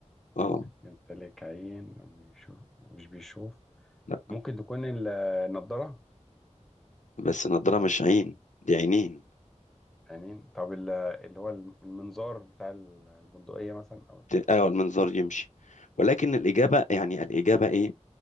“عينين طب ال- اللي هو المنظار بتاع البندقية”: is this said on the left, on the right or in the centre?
Centre